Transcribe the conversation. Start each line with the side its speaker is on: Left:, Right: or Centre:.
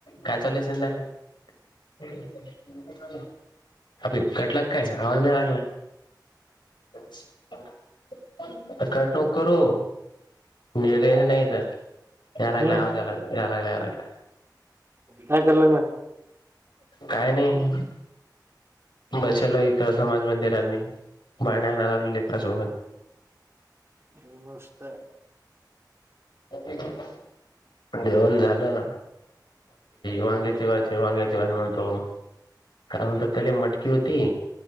Left: काय चाललय <unintelligible> अबे कटला काय आवाज नाही लागला. <unintelligible> कट नक करू <unintelligible> नाही का या लागला
Right: हम्म
Left: आवाज या लागला. यालागला यालागला.
Right: काय करायला लागला
Left: काही नाही. बसेल इथं समाज मंदिरांनी बाण्या आणाय लागल लेकरासोबत.
Right: नमस्त
Left: <unintelligible> जेवण झालं? वांग्याची भाजी, वांग्याची भाजी म्हण हो, काय म्हणतात त्याले मटकी होती,